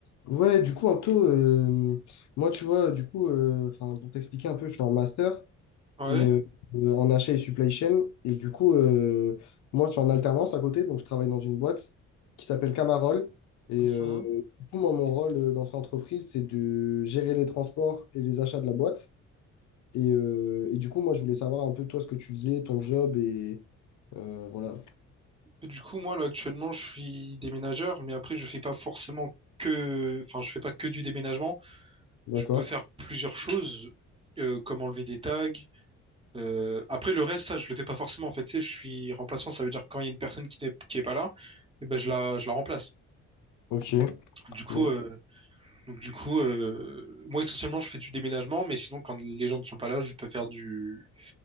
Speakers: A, on the left (about 70°); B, on the right (about 20°).
A: Ouais, du coup, Anto, euh, moi, tu vois, du coup, euh, enfin, pour t'expliquer un peu, je suis en master
B: Ouais.
A: et, euh, euh, en achat et supply chain. Et du coup, euh, moi, je suis en alternance à côté, donc je travaille dans une boîte qui s'appelle Camarol. Et
B: mhm.
A: euh, du coup, moi, mon rôle euh, dans cette entreprise, c'est de gérer les transports et les achats de la boîte. Et, euh, et du coup, moi, je voulais savoir un peu, toi, ce que tu faisais, ton job et euh, voilà.
B: Et du coup, moi, là, actuellement, je suis déménageur, mais après, je fais pas forcément que... Enfin, je fais pas que du déménagement.
A: D'accord.
B: Je peux faire plusieurs choses, euh, comme enlever des tags. Euh, Après, le reste, ça, je le fais pas forcément. En fait, tu sais, je suis remplaçant. Ça veut dire que quand il y a une personne qui n'est qui est pas là, eh ben, je la, je la remplace.
A: Ok.
B: Du coup,
A: Bon,
B: euh, donc, du coup euh, moi, essentiellement, je fais du déménagement, mais sinon, quand les gens ne sont pas là, je peux faire du...